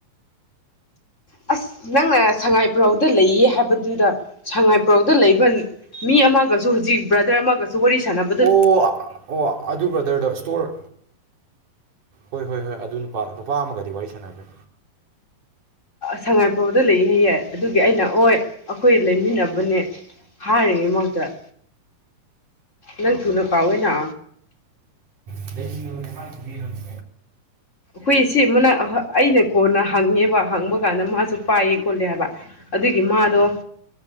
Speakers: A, on the left; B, on the right.
A: ꯑꯁ ꯅꯪꯅ ꯁꯉꯥꯏꯄ꯭ꯔꯧꯗ ꯂꯩꯌꯦ ꯍꯥꯏꯕꯗꯨꯗ ꯁꯉꯥꯏꯄ꯭ꯔꯧꯗ ꯂꯩꯕ ꯃꯤ ꯑꯃꯒꯁꯨ ꯍꯧꯖꯤꯛ ꯕ꯭ꯔꯗꯔ ꯑꯃꯒꯁꯨ ꯋꯥꯔꯤ ꯁꯥꯟꯅꯕ
B: ꯑꯣ ꯑꯣ ꯑꯗꯨ ꯕ꯭ꯔꯗꯔꯗꯣ ꯁꯇꯣꯔ ꯍꯣꯏ ꯍꯣꯏ ꯍꯣꯏ ꯑꯗꯨ ꯅꯨꯄꯥ ꯅꯨꯄꯥ ꯑꯃꯒꯗꯤ ꯋꯥꯔꯤ ꯁꯥꯟꯅꯒ꯭ꯔꯦ
A: ꯁꯉꯥꯏꯄꯨꯔꯧꯗ ꯂꯩꯍꯌꯦ ꯑꯗꯨꯒꯤ ꯑꯩꯅ ꯑꯣꯏ ꯑꯩꯈꯣꯏ ꯂꯩꯃꯤꯟꯅꯕꯅꯦ ꯍꯥꯏꯔꯤꯃꯠꯇ ꯅꯪ ꯊꯨꯅ ꯀꯥꯎꯑꯦꯅ
B: <inaudible>
A: ꯍꯨꯏꯁꯤ ꯃꯨꯅꯥ ꯑꯩꯅ ꯀꯣꯟꯅ ꯍꯪꯉꯦꯕ ꯍꯪꯕ ꯀꯥꯟꯗ ꯃꯥꯁꯨ ꯄꯥꯏꯌꯦ ꯈꯣꯠꯂꯦ ꯍꯥꯏꯕ ꯑꯗꯨꯒꯤ ꯃꯥꯗꯣ